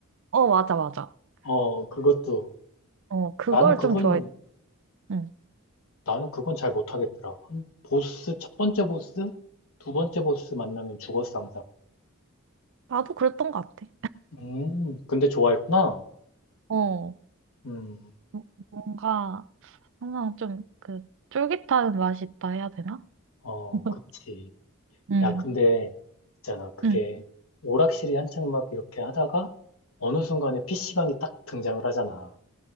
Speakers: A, on the right; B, on the left.
A: 어, 맞아, 맞아.
B: 어, 그것도
A: 어, 그걸
B: 나는 그거는
A: 좀 좋아해. 응.
B: 나는 그건 잘 못하겠더라. 한 보스, 첫 번째 보스? 두 번째 보스 만나면 죽었어, 항상.
A: 나도 그랬던 것 같아.
B: 음, 근데 좋아했구나?
A: 어,
B: 음,
A: 뭐- 뭔가 항상 좀 그 쫄깃한 맛이 있다 해야 되나?
B: 어,
A: <laughs>
B: 그치.
A: 응,
B: 야, 근데, 있잖아. 그게,
A: 응,
B: 오락실이 한창 막 이렇게 하다가, 어느 순간에 PC방이 딱 등장을 하잖아.